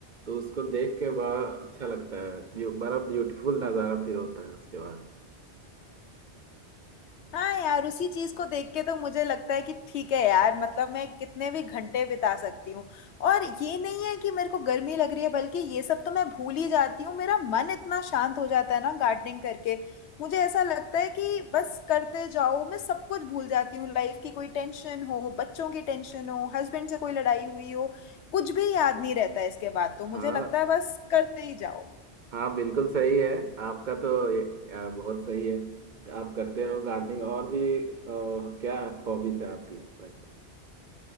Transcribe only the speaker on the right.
तो उसको देख के बड़ा अच्छा लगता है ब्यू- बड़ा ब्यूटीफुल नज़ारा फिर होता है उसके बाद
हाँ
हाँ बिल्कुल सही है आपका तो ये- यार बहुत सही है आप करते हो गार्डनिंग और भी अ, क्या हॉबीज है आपकी वैसे